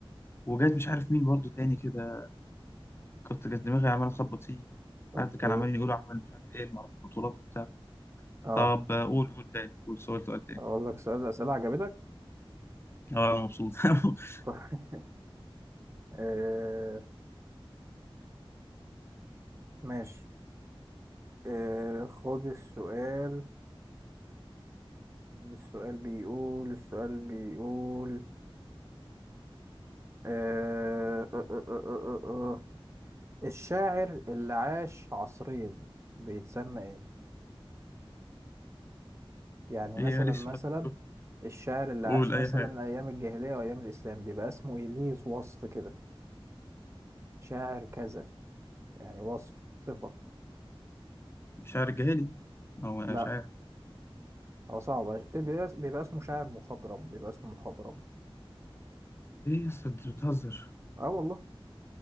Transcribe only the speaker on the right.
أوكي
اه
أقول لك سؤال أسئلة عجبتك
<laughs> آه ماشي آه خد السؤال السؤال بيقول السؤال بيقول آه آه آه آه آه آه. آه. الشاعر اللي عاش عصرين بيتسمى إيه؟ يعني
مثلا
مثلا
الشاعر اللي
عاش مثلا
أيام الجاهلية وأيام الإسلام بيبقى اسمه إيه ليه وصف كده شاعر كذا يعني وصف صفة
لا
هو صعب بيبقى بيبقى اسمه شاعر مخضرم بيبقى اسمه مخضرم
اه والله